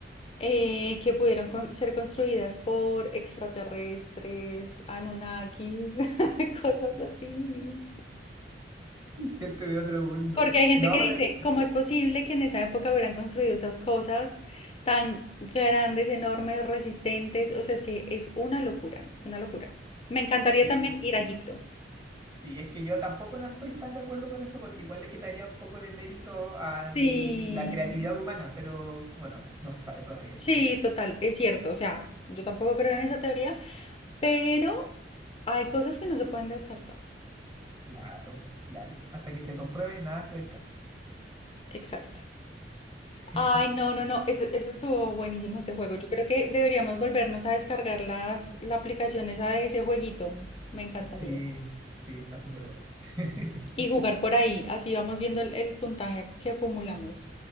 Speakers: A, on the left (about 30°); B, on the right (about 20°).
A: eh, que pudieron con- ser construidas por extraterrestres, Anunnakis, <laughs> cosas así.
B: Gente de otro mundo.
A: Porque hay gente
B: No,
A: que
B: pero
A: dice,
B: es que,
A: ¿cómo es posible que en esa época hubieran construido esas cosas tan grandes, enormes, resistentes? O sea, es que es una locura, es una locura. Me encantaría
B: sí,
A: también ir a Egipto.
B: sí, es que yo tampoco no estoy tan de acuerdo con eso porque igual le quitaría un poco de mérito a
A: Sí,
B: la creatividad humana, pero bueno, no se sabe todavía.
A: sí, total, es cierto. O sea, yo tampoco creo en esa teoría, pero hay cosas que no se pueden descartar.
B: Claro, claro. Hasta que se compruebe, nada se descarta.
A: Exacto.
B: <laughs>
A: Ay, no, no, no, eso, eso estuvo buenísimo este juego. Yo creo que deberíamos volvernos a descargar las, la aplicación esa de ese jueguito. Me encantaría.
B: Sí, sí, está súper buena. <laughs>
A: Y jugar por ahí, así vamos viendo el, el puntaje ac- que acumulamos.